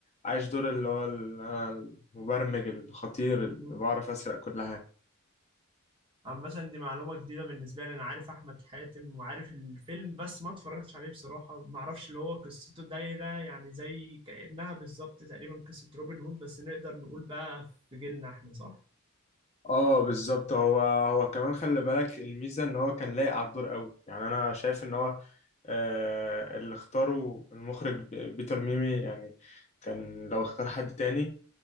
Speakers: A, on the left (about 30°); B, on the right (about 25°).
A: عايش دور اللي هو ال- انا المبرمج الخطير اللي
B: مم.
A: بعرف اسرق كل حاجة
B: عامة دي معلومة جديدة بالنسبة لي أنا عارف أحمد حاتم وعارف الفيلم بس ما اتفرجتش عليه بصراحة ما أعرفش اللي هو قصته دايرة يعني زي كأنها بالظبط تقريبا قصة روبن هود بس نقدر نقول بقى في جيلنا إحنا صح؟
A: اه بالظبط هو هو كمان خلي بالك الميزة ان هو كان لايق على الدور قوي يعني انا شايف ان هو آه اللي اختاره المخرج ب- بيتر ميمي يعني كان لو اختار حد تاني